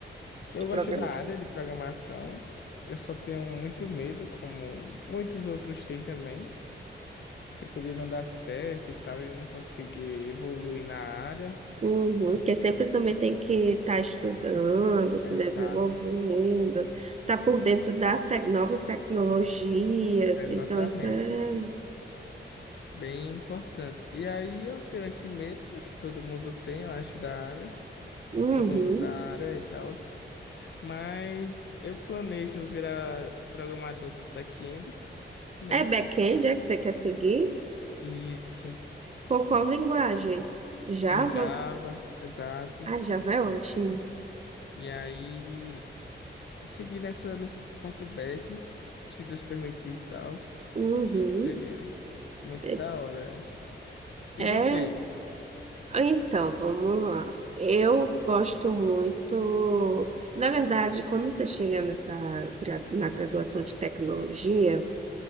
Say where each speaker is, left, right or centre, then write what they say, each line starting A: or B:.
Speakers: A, on the left; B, on the right.
A: Eu
B: de programação?
A: gosto da área de programação, eu só tenho muito medo, como muitos outros têm também, tipo de não dar certo e tal, de não conseguir evoluir na área.
B: Uhum, porque sempre também tem que estar estudando, se
A: Exato,
B: desenvolvendo, estar por dentro das tec- novas tecnologias.
A: exatamente.
B: Então, isso é.
A: Bem importante. E aí eu tenho esse medo, né, que todo mundo tem, eu acho, da área,
B: Uhum.
A: todo mundo da área e tal, mas eu planejo virar programador back-end, né?
B: É back-end, é que você quer seguir?
A: Isso,
B: Por qual linguagem? Java?
A: com Java, exato.
B: Ah, Java é ótimo.
A: E aí. seguir nessa, nessa parte do back, se Deus permitir e tal. Acho
B: Uhum.
A: que seria muito
B: É,
A: da hora isso. E
B: é
A: você?
B: Então, vamos lá. Eu gosto muito. Na verdade, quando você chega nessa, gra- na graduação de tecnologia,